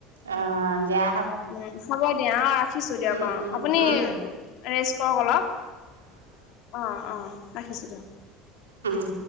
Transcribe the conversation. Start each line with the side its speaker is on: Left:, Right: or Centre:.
Right: অ' যা
Left: উ হ'ব দিয়া অ ৰাখিছো দিয়ক
Right: উম
Left: অ
Right: উম
Left: আপুনি
Right: উম
Left: ৰেষ্ট কৰক অলপ অ অ ৰাখিছো দিয়ক
Right: উ